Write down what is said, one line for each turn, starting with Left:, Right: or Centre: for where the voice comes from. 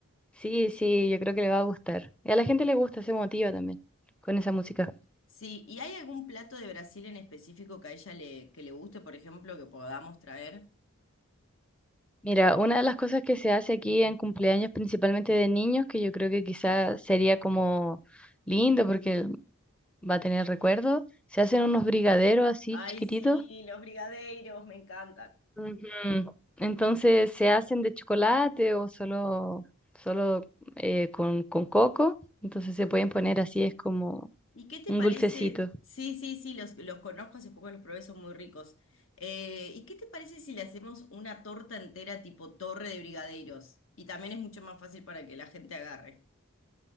Centre: sí, sí, yo creo que le va a gustar. Y a la gente le gusta, se motiva también con esa música.
Left: Sí, ¿y hay algún plato de Brasil en específico que a ella le, que le guste, por ejemplo, que podamos traer?
Centre: Mira, una de las cosas que se hace aquí en cumpleaños, principalmente de niños, que yo creo que quizás sería como lindo, porque va a tener recuerdo. Se hacen unos brigaderos así
Left: Ay,
Centre: chiquititos.
Left: sí, los brigadeiros, me encantan.
Centre: Ujú. Entonces se hacen de chocolate o solo, solo eh, con, con coco. Entonces se pueden poner así, es como
Left: ¿Y qué te
Centre: un
Left: parece?
Centre: dulcecito.
Left: Sí, sí, sí, los, los conozco, hace poco los probé, son muy ricos. Eh, ¿y qué te parece si le hacemos una torta entera tipo torre de brigadeiros? Y también es mucho más fácil para que la gente agarre.